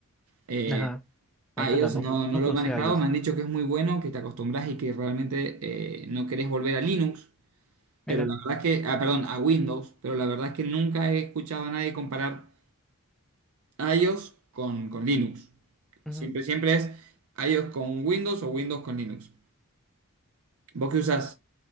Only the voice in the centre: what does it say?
no. Bueno,
yo tampoco,
nunca
usé
iOS.
Mira,
ujú.